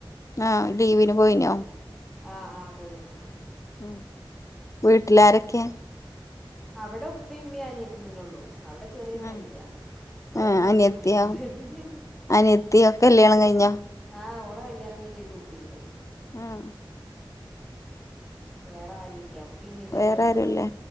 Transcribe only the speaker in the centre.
ആഹ് ആഹ് പോയിരുന്നു
അവിടെ ഉപ്പ ഉമ്മി അനിയത്തി തന്നെ ഒള്ളു അവിടെ ചെറിയ
ഫാമിലിയ ഇവിടെ വന്നോക്കുമ്പോ
വല്യ ഫാമിലിയ
ആഹ് ഓളെ കല്യാണം കഴിഞ് ഒരു കുട്ടിയുണ്ട്
വേറെ ആരുല്ല ഇപ്പി ഇമ്മീ തന്നെ
ഉള്ളു